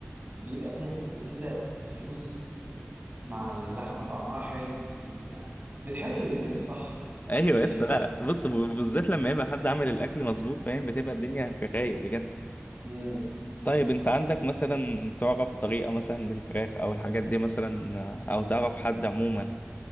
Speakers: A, on the right; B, on the left.
A: بيبقى فيها ميكس كده جوسي مع اللحمة طعمها حلو يعني بتحس بالميكس صح
B: ايوه
A: يعني
B: يس
A: خصوصا
B: لا لا. بص ب- بالذات لما يبقى حد عامل الاكل مظبوط فاهم بتبقى الدنيا في الرايق بجد
A: مم.
B: طيب انت عندك مثلا تعرف طريقه مثلا للفراخ او الحاجات دي مثلا او تعرف حد عموما